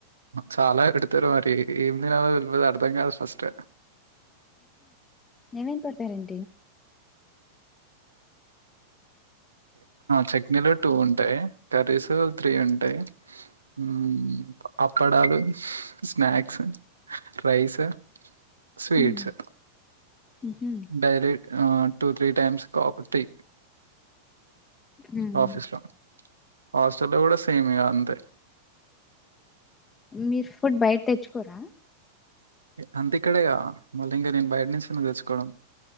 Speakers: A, on the right; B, on the left.
A: చాలా ఎడతారు మరి ఏం తినలో తెల్వదు అర్థం కాదు ఫస్ట్
B: ఏమేం పడతారేంటి
A: చట్నీలు టూ ఉంటాయి కర్రీస్ త్రి ఉంటాయి ఉమ్ అప్పడాలు స్నాక్స్ రైస్ స్వీట్స్
B: ఉమ్ ఉహు
A: డైలీ ఆ టూ త్రీ టైమ్స్ కాఫీ
B: ఉమ్
A: ఆఫీసులో హాస్టల్ కూడా సేమే ఇంకా అంతే
B: మీరు ఫుడ్ బయట తెచ్చుకోరా
A: అంత ఇక్కడేగా మళ్ళీ ఇంకా నేను బయట నుంచి ఎందుకు తెచ్చుకోవడం